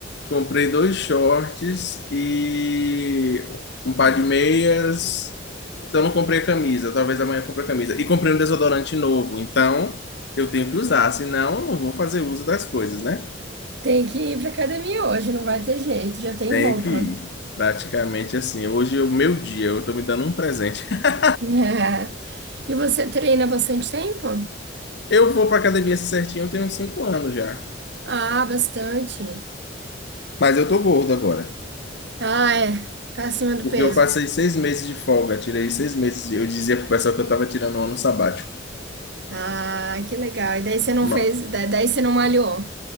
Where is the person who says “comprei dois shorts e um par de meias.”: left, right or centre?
Left